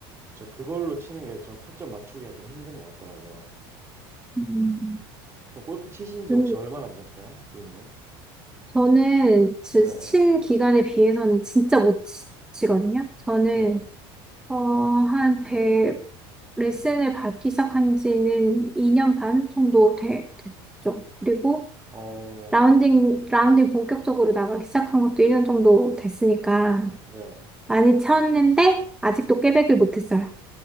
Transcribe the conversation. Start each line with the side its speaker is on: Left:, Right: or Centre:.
Right: 저 그걸로 치는 게 저 타점 맞추기가 좀 힘든 것 같더라고요.
Centre: 음,
Right: 그럼 골프 치신 지
Centre: 그,
Right: 혹시 얼마나 되셨어요? 비님은?
Centre: 저는 친
Right: 네네.
Centre: 기간에 비해서는 진짜 못 치- 치거든요. 저는
Right: 네네.
Centre: 어, 한1 레슨을 받기 시작한 지는 2년 반 정도 돼, 됐죠. 그리고
Right: 어,
Centre: 라운딩, 라운딩 본격적으로 나가기 시작한 것도 1년 정도 됐으니까
Right: 네네.
Centre: 많이 쳤는데 아직도 깨백을 못했어요.